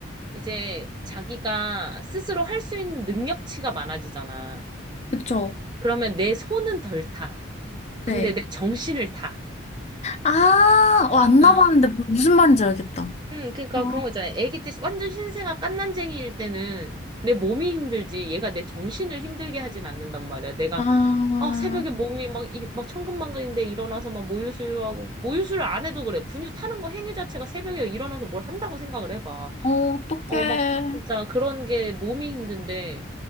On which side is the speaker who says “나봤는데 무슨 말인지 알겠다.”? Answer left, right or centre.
Left